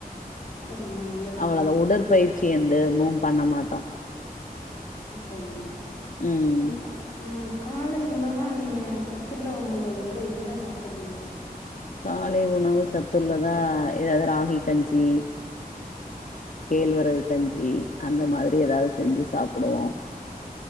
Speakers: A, on the left (about 20°); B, on the left (about 55°).
A: சரிம்மா நல்ல விஷயம்
B: அவ்வளோதான் உடற்பயிற்சி வந்து எதுவும் பண்ண மாட்டோம்
A: ஓ சரிமா
B: ம்
A: வணக்கம் காலை உணவா நீங்க சத்துள்ள உணவுகள் வந்து என்ன சாப்பிற்றிங்க
B: காலை உணவு சத்துல்லதா ஏதாவது ராகி கஞ்சி கேழ்வரகு கஞ்சி அந்த மாதிரி ஏதாவது செஞ்சு சாப்பிடுவோம்